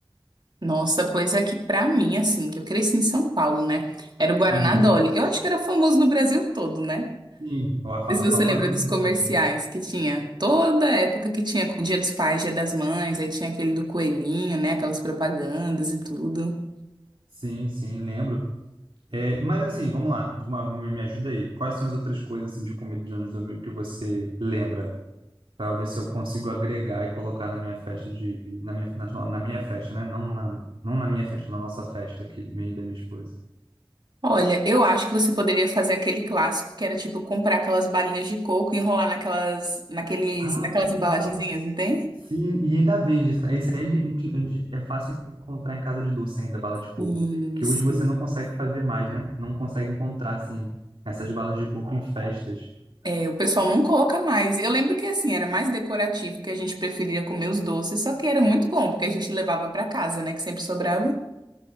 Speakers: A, on the right; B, on the right.
A: Nossa, pois é que pra mim, assim, que eu cresci em São Paulo, né? Era o Guaraná
B: Uhum.
A: Dolly. Eu acho que era famoso no Brasil todo, né?
B: Sim, a, fa-
A: sei se
B: a
A: você
B: famosa
A: lembra
B: musiquinha.
A: dos comerciais que tinha. Toda época que tinha o Dia dos Pais, Dia das Mães, aí tinha aquele do coelhinho, né? Aquelas propagandas e tudo.
B: Sim, sim, lembro. É, mas assim, vamos lá, de uma- me me ajuda aí. Quais são as outras coisas assim, de comida de anos domingo que você lembra? Para ver se eu consigo agregar e colocar na minha festa de na minha, na, na minha festa, né? Não na, não na minha festa, na nossa festa aqui, minha e da minha esposa.
A: Olha, eu acho que você poderia fazer aquele clássico que era tipo comprar aquelas balinhas de coco e enrolar naquelas, naqueles,
B: Ai,
A: naquelas
B: nossa.
A: embalagenzinhas, não tem?
B: Sim, e ainda vende. isso aí a gente- a gente- é fácil encontrar em casa de doce ainda, bala de coco.
A: Sim,
B: Que
A: sim.
B: hoje você não consegue fazer mais, né? Não consegue encontrar, assim, essas balas de coco em festas.
A: É, o pessoal não coloca mais. Eu lembro que assim, era mais decorativo, que a gente preferia comer os doces, só que era muito bom, porque a gente levava pra casa, né? Que sempre sobrava.